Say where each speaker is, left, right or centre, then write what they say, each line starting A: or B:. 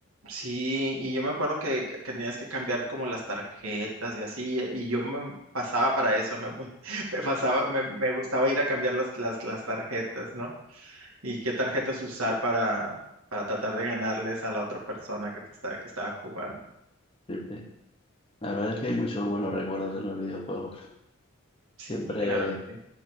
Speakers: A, on the right (about 80°); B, on the left (about 25°).
A: Sí, y yo me acuerdo que, que- que tenías que cambiar como las tarjetas y así, eh, y yo me pasaba para eso, me, gu- <laughs> me pasaba, me, me gustaba ir a cambiar las, las, las tarjetas, ¿no? Y qué tarjetas usar para, para tratar de ganarles a la otra persona que te está, que estaba jugando.
B: Sí, sí. La verdad es que hay muchos buenos recuerdos en los videojuegos.
A: Sí,
B: Siempre
A: claro que sí.